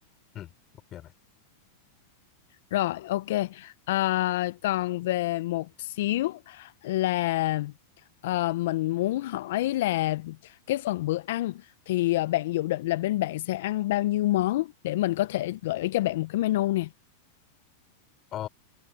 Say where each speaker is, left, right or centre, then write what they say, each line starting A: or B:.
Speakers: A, on the left; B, on the left.
A: ừ ok vậy
B: Rồi, ok. À, còn về một xíu là ờ, mình muốn hỏi là cái phần bữa ăn thì ờ, bạn dự định là bên bạn sẽ ăn bao nhiêu món để mình có thể gửi cho bạn một cái menu nè.
A: ờ,